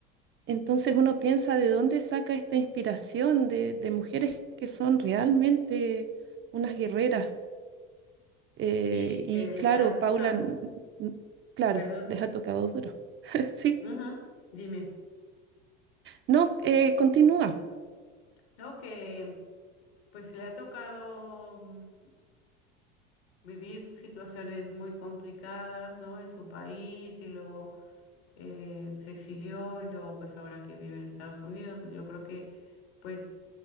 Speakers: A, on the right; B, on the left.
A: Entonces uno piensa de dónde saca esta inspiración de, de mujeres que son realmente unas guerreras. Eh,
B: Sí,
A: y
B: que
A: claro,
B: les ha tocado,
A: Paula, n- n- claro,
B: perdón,
A: les ha tocado duro. <laughs> Sí,
B: ujú, Dime,
A: no, eh, continúa.
B: ¿no? Que pues le ha tocado mm, vivir situaciones muy complicadas, ¿no? En su país y luego eh, se exilió y luego pues ahora que vive en Estados Unidos, yo creo que pues